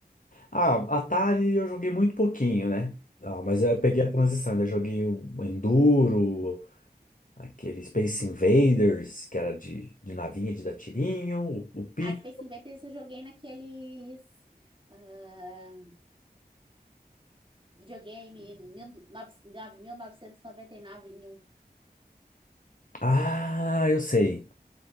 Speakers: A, on the left; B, on the right.
A: ah, Atari eu joguei muito pouquinho, né? Ah, mas eu peguei
B: Aham.
A: a transição, ainda joguei o Enduro, aquele Space Invaders, que era de, de navinha, de dar tirinho, o, o Pit.
B: Ah, Space Invaders eu joguei naqueles ah, videogame mil nove- 9.999 em um,
A: Ah, eu sei,